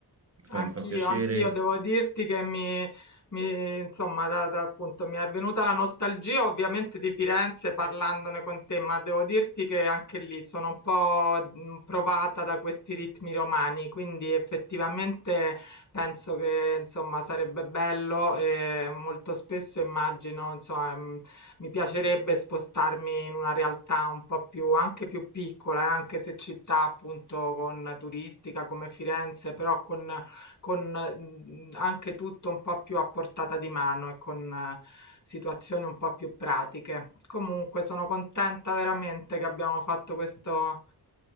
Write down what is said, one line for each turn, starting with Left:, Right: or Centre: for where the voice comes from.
Right: fa,
Left: Anch'io,
Right: mi fa piacere,
Left: anch'io devo dirti che mi, mi- insomma, da- da- appunto, mi è venuta la nostalgia ovviamente di Firenze parlandone con te, ma devo dirti che anche lì sono un po' mh, provata da questi ritmi romani, quindi effettivamente penso che, insomma, sarebbe bello e molto spesso immagino, insomma, mh, mi piacerebbe spostarmi in una realtà un po' più, anche più piccola, eh, anche se città appunto con turistica come Firenze, però con con, mhmm, anche tutto un po' più a portata di mano e con eh, situazioni un po' più pratiche. Comunque sono contenta veramente che abbiamo fatto questo